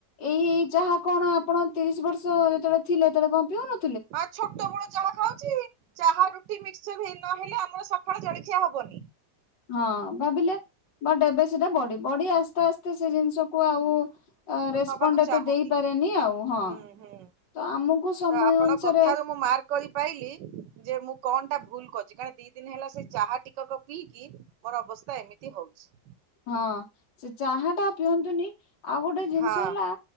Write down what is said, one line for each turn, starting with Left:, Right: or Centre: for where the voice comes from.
Left: ଏଇ ଏଇ ଯାହା କଣ ଆପଣ ତିରିଶ ବର୍ଷ ଯେତେବେଳେ ଥିଲେ ସେତେବେଳେ କଣ ପିଉନ
Right: ଆ ଛୋଟ ବେଳୁ ଯ <unintelligible> ଖାଉଛି ଚାହା ରୁଟି ମିକ୍ସଚର ନହେଲେ ଆମର ସକାଳ ଜଳଖିଆ ହବନି।
Left: ହଁ ଭାବିଲେ? ବଟ୍ ଏବେ ସେଟା ବଢି ବଢି ଆସ୍ତେ ଆସ୍ତେ ସେ ଜିନିଷକୁ ଆଉ
Right: ହଁ
Left: ରେସପଣ୍ଡ
Right: ନବାକୁ ଚାହୁଁନି
Left: ଏତେ ଦେଇପାରେନି ଆଉ। ହଁ।
Right: ହୁଁ ହୁଁ
Left: ତ ଆମକୁ ସମୟ
Right: ତ ଆପଣ
Left: ଅନୁସାରେ
Right: କଥାରୁ ମୁଁ ମାର୍କ କରିପାଇଲି ଯେ ମୁଁ କଣ ଟା ଭୁଲ କରିଚି। କାରଣ ଦି ଦିନ ହେଲା ସେ ଚାହା ଟିକକ ପିଇକି ମୋର ଅବସ୍ଥା ଏମିତି ହଉଚି।
Left: ହଁ ସେ ଚାହା ଟା ପିଅନ୍ତୁନି। ଆଉ ଗୋଟେ ଜିନିଷ
Right: ହଁ
Left: ହେଲା